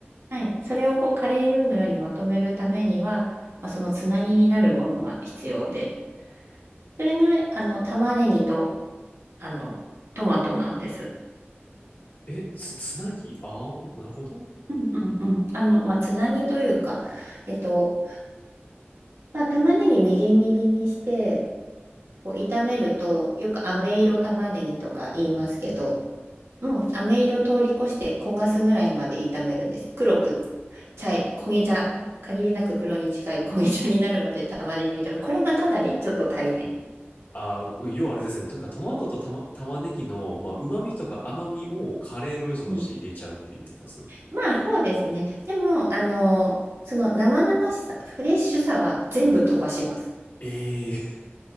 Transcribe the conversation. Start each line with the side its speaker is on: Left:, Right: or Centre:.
Right: はい。それをこうカレールーのようにまとめるためには、まあ、そのつなぎになるものが必要で、それが、あの、玉ねぎと、あの、トマトなんです。
Left: い。え、つ、つなぎああー、なるほど。
Right: うんうんうん。あの、まあ、つなぎというか、えっと、まあ、玉ねぎみじん切りにして、こう、炒めると、よく飴色玉ねぎとか言いますけど、
Left: うんうんうん
Right: もう飴色通り越して焦がすぐらいまで炒めるんですよ。黒く、茶い、焦げ茶、限りなく黒に近い焦げ茶になるまで玉ねぎを炒める。これがかなりちょっと大変。
Left: ああ、要はあれですね。なんかトマトとたま、玉ねぎの、まあ、旨味とか甘みをカレーの要素として入れちゃうっていう意味だったんです。
Right: うん。まあそうですね。でも、あの、その生々しさ、フレッシュさは全部飛ばします。
Left: うんえ